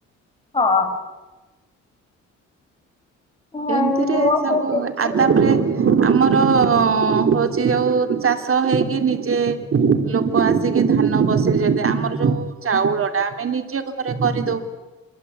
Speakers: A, on the left; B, on the right.
A: ହଁ। ନାଇଁ
B: ଏମିତିରେ
A: ମୁଁ
B: ସବୁ,
A: ଆଉ କିଛି
B: ଆଗ ତାପରେ ଆମର ହଉଚି ଯୋଉ ଚାଷ ହେଇକି ନିଜେ ଲୋକ ଆସିକି ଧାନ ବସେଇଦେବେ। ଆମର ଯୋଉ ଚାଉଳ ଟା ଆମେ ନିଜେ ଘରେ କରିଦଉ।